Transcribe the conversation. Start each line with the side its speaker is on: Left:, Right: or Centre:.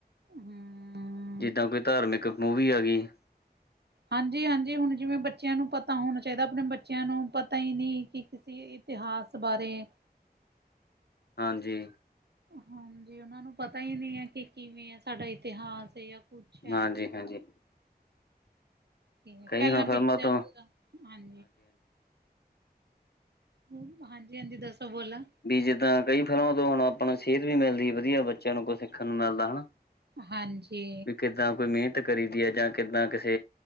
Right: ਹੂੰ,
Left: ਜਿੱਦਾਂ ਕੋਈ ਧਾਰਮਿਕ ਮੂਵੀ ਆ ਗਈ।
Right: ਹਾਂਜੀ- ਹਾਂਜੀ ਹੁਣ ਜਿਵੇਂ ਬੱਚਿਆਂ ਨੂੰ ਪਤਾ ਹੋਣਾ ਚਾਹੀਦਾ ਆਪਣੇ ਬੱਚਿਆਂ ਨੂੰ ਪਤਾ ਹੀ ਨਹੀਂ ਕਿ ਕਿਸੇ ਇਤਿਹਾਸ ਬਾਰੇ।
Left: ਹਾਂਜੀ।
Right: ਹਾਂਜੀ ਉਹਨਾਂ ਨੂੰ ਪਤਾ ਹੀ ਨਹੀਂ ਏ ਕਿ ਕਿਵੇਂ ਹੈ ਸਾਡਾ ਇਤਿਹਾਸ ਹੈ ਜਾਂ ਕੁਛ ਹੈ।
Left: ਹਾਂਜੀ ਹਾਂਜੀ।
Right: ਕਿਵੇਂ
Left: ਕਈ
Right: ਪਹਿਲਾਂ
Left: ਹੁਣ ਫਿਲਮਾਂ
Right: ਪਿਕਚਰ,
Left: ਤੋਂ
Right: ਹਾਂਜੀ ਹੂੰ ਹਾਂਜੀ- ਹਾਂਜੀ ਦੱਸੋ ਬੋਲੋ।
Left: ਵੀ ਜਿੱਦਾਂ ਕਈ ਫਿਲਮਾਂ ਤੋ ਹੁਣ ਆਪਣਾ ਨ ਸੇਧ ਵੀ ਮਿਲਦੀਆ ਵਧੀਆ ਬੱਚਿਆਂ ਨੂੰ ਕੁਛ ਸਿਖ਼ਣ ਨੂੰ ਮਿਲਦਾ ਹਨਾ।
Right: ਹਾਂਜੀ।
Left: ਵੀ ਕਿੱਦਾਂ ਕੋਈ ਮਿਹਨਤ ਕਰੀ ਦੀ ਹੈ ਜਾਂ ਕਿੱਦਾਂ ਕਿਸੇ